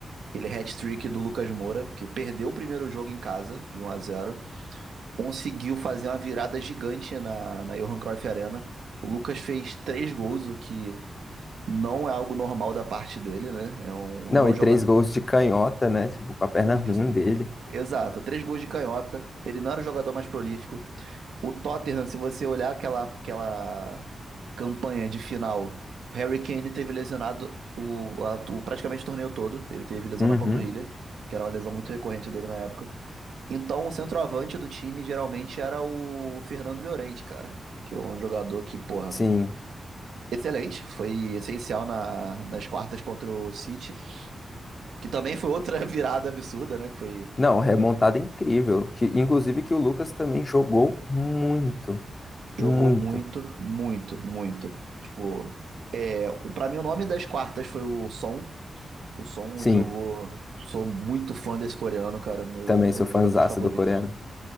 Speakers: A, on the right; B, on the left.
A: aquele hat-trick do Lucas Moura, que perdeu o primeiro jogo em casa, de 1 a 0, conseguiu fazer uma virada gigante na, na Johan Cruyff Arena. O Lucas fez três gols, o que não é algo normal da parte dele, né? É um,
B: Não,
A: não é
B: e
A: um jogador
B: três gols de canhota, né? Tipo, com a perna
A: Isso.
B: ruim dele.
A: Exato. Três gols de canhota. Ele não era o jogador mais prolífico. O Tottenham, se você olhar aquela, aquela campanha de final, o Harry Kane teve lesionado o, a- o- praticamente o torneio todo. Ele teve lesão
B: Uhum.
A: na panturrilha, que era uma lesão muito recorrente dele na época. Então, o centroavante do time geralmente era o Fernando Llorente, cara. Que é um jogador que, porra,
B: Sim,
A: excelente. Foi essencial na- nas quartas contra o City. Que também foi outra <laughs> virada absurda, né? Que foi
B: Não, remontada incrível. Que, inclusive que o Lucas também jogou muito,
A: Jogou
B: muito.
A: muito, muito, muito. Tipo, é, para mim o nome das quartas foi o Son. O Son
B: Sim,
A: jogou. Sou muito fã desse coreano, cara. Meu,
B: também
A: um dos
B: sou
A: meus
B: fãzaço
A: jogadores favoritos.
B: do coreano.